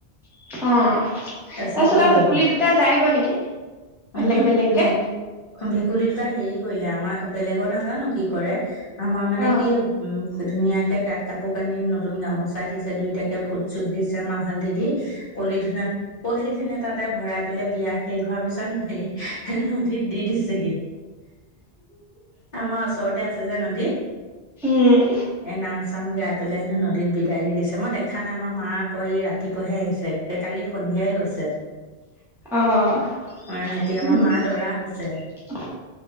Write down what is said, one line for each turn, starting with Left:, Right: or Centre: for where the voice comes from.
Centre: অ, তাৰপিছত
Left: তাৰ পিছত আকৌ
Centre: আৰু
Left: মানুহ
Centre: ভেকুলী দুটা যায়গৈ নেকি,
Left: উহু
Centre: বেলেগ-বেলেগকে।
Left: ভে ভেকুলী দুটা হেৰি কৰিলে, আমাৰ বেলেগত নাজানো কি কৰে আমাৰ মানে
Centre: অ
Left: কি উম, ধুনীয়াকে গাত কাপোৰ-কানি, নতুন গামোচা দিছে দুইটাকে। ফুট- চুট দিছে মাহ- হালধি দি, পলিথিন- পলিথিনে এটাতে ভৰাই পেলাই বিয়া শেষ হোৱাৰ পিছত নদীত দি দিছেগে। আমাৰ ওচৰতে আছে যে নদী।
Centre: উম।
Left: এ, নাম- চাম গাই পেলাই হেনো নদীত বিদায় দি দিছে, মই দেখা নাই, আমাৰ মা আকৌ এই ৰাতিপুৱাহে আহিছে। কালি সন্ধিয়াই গৈছে।
Centre: আহ।
Left: অ, ৰাতি আমাৰ মা দৰা হৈছে